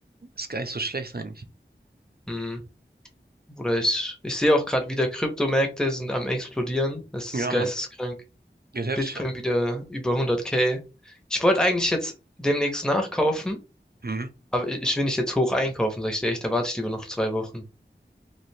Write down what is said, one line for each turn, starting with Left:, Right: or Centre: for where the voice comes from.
Right: ist gar nicht so schlecht eigentlich.
Centre: Hm. Oder ich, ich sehe auch gerade wieder, Kryptomärkte sind am explodieren. Das
Right: Ja,
Centre: ist geisteskrank.
Right: Mann, geht heftig
Centre: Bitcoin
Right: ab.
Centre: wieder über 100k. Ich wollte eigentlich jetzt demnächst nachkaufen,
Right: Mhm.
Centre: aber ich, ich will nicht jetzt hoch einkaufen, sag ich dir echt. Da warte ich lieber noch zwei Wochen.